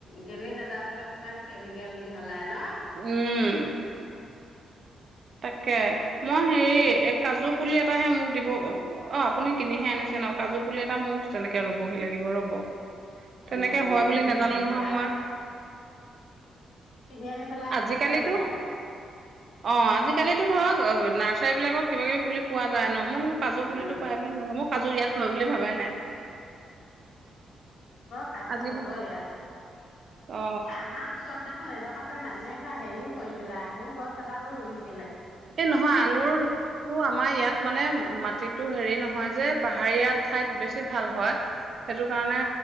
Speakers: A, on the left (about 65°); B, on the right (about 40°).
A: গেলি নাযাবলৈ কিমান কেমিকেল মিহলাই ন?
B: উম তাকে মই হেৰি এ কাজু পুলি এটাহে মোক দিব অ আপুনি কিনিহে আনিছে ন কাজু পুলি এটা মোৰ তেনেকে ৰুবহি লাগিব ৰ'ব
A: উম,
B: তেনেকে হয়
A: কিনি
B: বুলি নাজানো
A: আনি পেলাই
B: নহয় মই
A: কিনি আনি পেলাই
B: আজিকালিতো
A: ৰুই থৈ দিবা
B: অ', আজিকালিতো ধৰক অৱ নাৰ্চাৰী বিলাকত কিবা কিবি পুলি পোৱা যায় ন? মই কিন্তু কাজু
A: উম,
B: পুলিতটো পাই বুলি নাাজানো, মোৰ কাজু ইয়াত হয় বুলি ভাবাই নাই।
A: সাজু
B: আজি
A: হ'ব ইয়াত।
B: অ
A: এ আমাৰ ওচৰত দে অ এইডোখৰতে মানুহ এঘৰে হেৰিও কৰিছিলে, আঙুৰ গছ এডালো ৰুইছিল।
B: এই নহয়, আঙুৰটো আমাৰ ইয়াত মানে মাটিতো হেৰি নহয় নহয় যে পাহাৰীয়া ঠাইত বেছি ভাল হয়। সেইটো কাৰণে